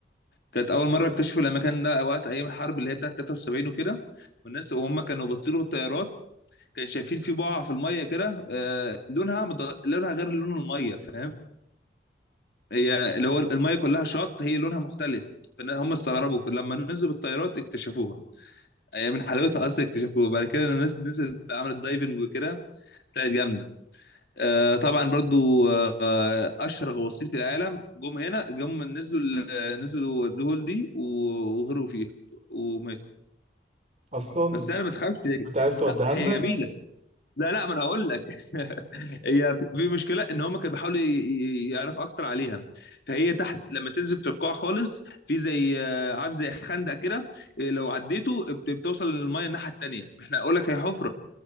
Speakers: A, on the left; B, on the right.
A: كانت اول مره اكتشفوا المكان ده وقت ايام الحرب اللي هي بتاعت 73 وكده والناس وهم كانوا بيطيروا بالطيارات كانوا شايفين في بقعه في الميه كده آه، لونها مد... لونها غير لون الميه فاهم هي اللي هو الميه كلها شط هي لونها مختلف فهم استغربوا فلما نزلوا بالطيارات اكتشفوها هي من حلاوتها اصلا اكتشفوه وبعد كده لما الناس نزلت عملت دايفنج وكده طلعت جامده آه طبعا برضو آه آه، اشهر غواصين في العالم جم هنا جم نزلوا ال- نزلوا البلو هول دي و- وغرقوا فيها وماتوا
B: اصلا
A: بس انا ما تخافش هي-
B: انت عايز توديها
A: لا هي
B: لنا
A: جميله لا لا ما انا هقول لك <laughs> هي في في مشكله ان هم كانوا بيحاولوا ي- ي- يعرفوا اكتر عليها فهي تحت لما تنزل في القاع خالص في زي آه، عارف زي خندق كده آه، لو عديته بت- بتوصل للميه الناحيه التانيه احنا اقول لك هي حفره